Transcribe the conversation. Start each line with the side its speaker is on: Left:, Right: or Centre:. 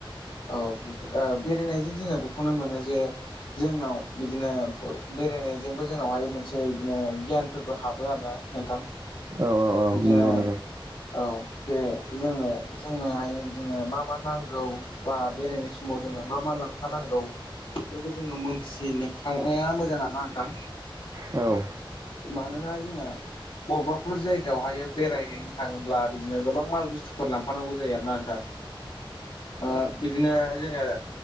Left: औ ओ बेरायनायजों जोङो बेखौनो मोनो जे जोंनाव बिदिनो बेरायनायजोंबो जोंनावहाय मोन से बिदिनो गियानफोरबो हाबो आरोना नोंथां।
Right: औ औ
Left: बिदिनो
Right: नंगौ नंगौ
Left: औ जे जोंनो जोंनो हायो जोङो मा मा नांगौ बा बेरायनाय समाव जोङो मा मा लांफानांगौ बेफोरखौ जोङो मोनथि नो खानाया मोजां आरो ना नोंथां।
Right: औ।
Left: मानोना जोङो बबेबाफोर जायगायावहाय बेरायहैनो थाङोब्ला बिदिनो गोबां माल बुस्थुफोर लांफानांगौ जायो आरोना नोंथां। ओ बिदिनो जोङो